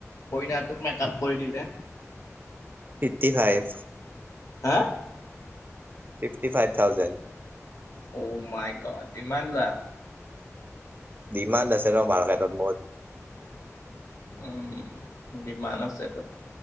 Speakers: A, on the left; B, on the right.
A: কইনাটোক মেকাপ কৰি দিলে।
B: Fifty five.
A: হা।
B: Fifty five thousand.
A: O my god ইমান লোৱা।
B: ডিমাণ্ড আছিল ন মাৰ্কেটত মোৰ।
A: উম, ডিমাণ্ড আছে তো।